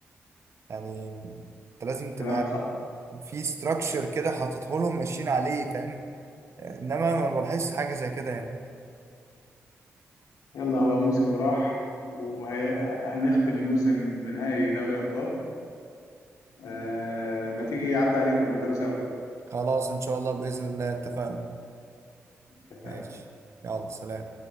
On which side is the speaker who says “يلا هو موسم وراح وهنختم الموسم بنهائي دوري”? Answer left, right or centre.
Left